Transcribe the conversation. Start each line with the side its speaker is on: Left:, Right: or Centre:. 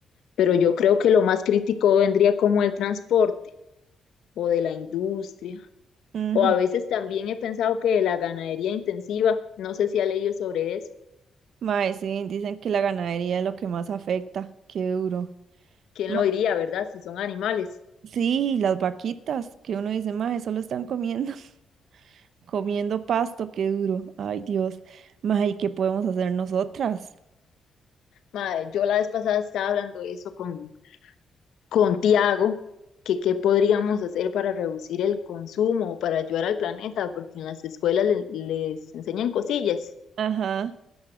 Left: Pero yo creo que lo más crítico vendría como el transporte o de la industria.
Right: Ujú.
Left: O a veces también he pensado que de la ganadería intensiva, no sé si ha leído sobre eso.
Right: Mae, sí, dicen que la ganadería es lo que más afecta. Qué duro.
Left: ¿Quién
Right: Ma-
Left: lo diría, verdad? Si son animales.
Right: Sí, las vaquitas, que uno dice, mae, solo están comiendo, <laughs> comiendo pasto, qué duro. Ay, Dios. Mae, ¿y qué podemos hacer nosotras?
Left: Madre, yo la vez pasada estaba hablando de eso con, con Tiago, que qué podríamos hacer para reducir el consumo o para ayudar al planeta, porque en las escuelas le- les enseñan cosillas.
Right: Ajá.